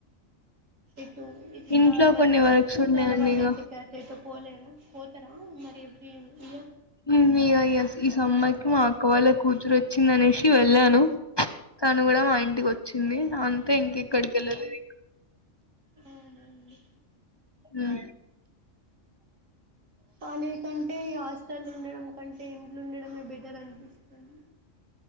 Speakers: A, on the right; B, on the left.
A: ఇటు ఈ
B: ఇంట్లో
A: నార్మల్
B: కొన్ని
A: గా
B: వర్క్స్
A: చుట్టాల
B: ఉన్నాయండి
A: వాళ్ళు
B: ఇగ.
A: ఇంటిక ఎటు పోలేద పోతారా మరి ఎవ్రీ ఇయర్
B: ఇగా ఈ ఇయర్ ఈ సమ్మర్ కి మా అక్క వాళ్ళ కూతురు వచ్చిందనేసి వెళ్ళాను తను కూడా మా ఇంటికి వచ్చింది అంతే ఇంక ఎక్కడికి వెళ్ళలేదు
A: అవునా అండి
B: ఉం
A: కాలేజ్ కంటే ఈ హాస్టల్ ఉండడం కంటే ఇంట్లో ఉండడమే బెటర్ అనిపిస్తుంది.